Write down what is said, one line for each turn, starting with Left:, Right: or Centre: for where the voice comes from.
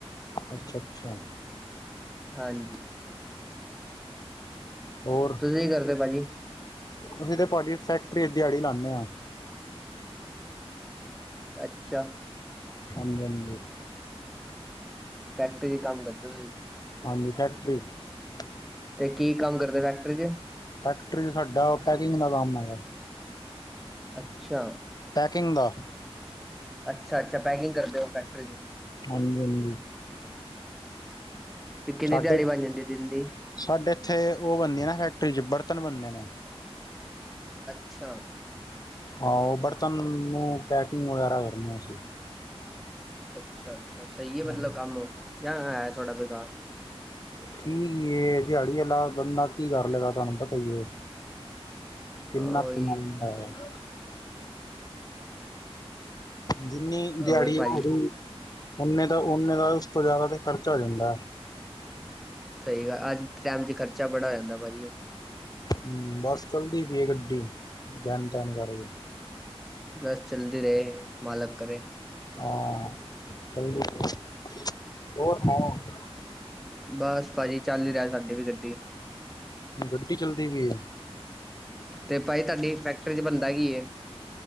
Left: ਅੱਛਾ ਅੱਛਾ
Centre: ਹਾਂਜੀ।
Left: ਹੋਰ
Centre: ਤੁਸੀਂ ਕੀ ਕਰਦੇ ਭਾਜੀ
Left: ਅਸੀਂ ਤੇ ਭਾਜੀ ਫੈਕਟਰੀ ਵਿੱਚ ਦਿਹਾੜੀ ਲਾਂਨੇ ਆ।
Centre: ਅੱਛਾ।
Left: ਹਾਂਜੀ ਹਾਂਜੀ।
Centre: ਫੈਕਟਰੀ ਚ ਕੰਮ ਕਰਦੇ ਓ ਤੁਸੀਂ।
Left: ਹਾਂਜੀ ਫੈਕਟਰੀ ਚ
Centre: ਤੇ ਕੀ ਕੰਮ ਕਰਦੇ ਫੈਕਟਰੀ ਚ?
Left: ਫੈਕਟਰੀ ਚ ਸਾਡਾ ਪੈਕਿੰਗ ਦਾ ਕੰਮ ਹੈਗਾ।
Centre: ਅੱਛਾ।
Left: ਪੈਕਿੰਗ ਦਾ।
Centre: ਅੱਛਾ ਅੱਛਾ, ਪੈਕਿੰਗ ਕਰਦੇ ਓ ਫੈਕਟਰੀ ਚ।
Left: ਹਾਂਜੀ ਹਾਂਜੀ।
Centre: ਤੇ ਕਿੰਨੀ
Left: ਸਾਡੇ
Centre: ਦਿਹਾੜੀ ਬਣ ਜਾਂਦੀ ਐ ਦਿਨ ਦੀ।
Left: ਸਾਡੇ ਇੱਥੇ ਓ ਬਣਦੀ ਐ ਨਾ ਫੈਕਟਰੀ ਚ ਬਰਤਨ ਬਣਦੇ ਨੇ।
Centre: ਅੱਛਾ।
Left: ਹਾਂ, ਉਹ ਬਰਤਨ ਨੂੰ ਪੈਕਿੰਗ ਵਗੈਰਾ ਕਰਨੇ ਅਸੀਂ।
Centre: ਅੱਛਾ ਅੱਛਾ, ਸਈ
Left: ਹਾਂ,
Centre: ਐ ਮਤਲਬ ਕੰਮ ਜਾਂ ਹੈ ਥੋੜਾ ਬੇਕਾਰ।
Left: ਠੀਕ ਏ ਦਿਹਾੜੀ ਵਾਲਾ ਬੰਦਾ ਕੀ ਕਰ ਲੇਗਾ ਤੁਹਾਨੂੰ ਪਤਾ ਈ ਏ। ਕਿੰਨਾਂ
Centre: ਹਾਂ ਉਹੀ
Left: ਕਮਾ ਲੈਂਦਾ ਹੋਏਗਾ। ਜਿੰਨੀ ਦਿਹਾੜੀ
Centre: ਹੋਰ ਭਾਜੀ
Left: ਹੈਗੀ ਓਨੇ ਦਾ ਓਨੇ ਦਾ ਉਸ ਤੋਂ ਜ਼ਿਆਦਾ ਤੇ ਖਰਚਾ ਹੋ ਜਾਂਦਾ।
Centre: ਸਹੀ ਗੱਲ ਅੱਜ ਦੇ ਟਾਈਮ ਚ ਖਰਚਾ ਬੜਾ ਹੋ ਜਾਂਦਾ ਭਾਜੀ।
Left: ਹੂੰ, ਬਸ ਚੱਲਦੀ ਪਈ ਏ ਗੱਡੀ ਦਿਨ ਦਿਨ ਕਰਕੇ।
Centre: ਬਸ ਚੱਲਦੀ ਰੇ ਮਾਲਕ ਕਰੇ
Left: ਹਾਂ ਚੱਲਦੀ ਰੇ ਹੋਰ ਸੁਣਾਓ?
Centre: ਬਸ ਭਾਜੀ ਚੱਲ ਈ ਰਿਆ ਸਾਡੀ ਵੀ ਗੱਡੀ
Left: ਗੱਡੀ ਚੱਲਦੀ ਪਈ
Centre: ਤੇ ਭਾਜੀ ਤੁਹਾਡੀ ਫੈਕਟਰੀ ਚ ਬਣਦਾ ਕੀ ਏ?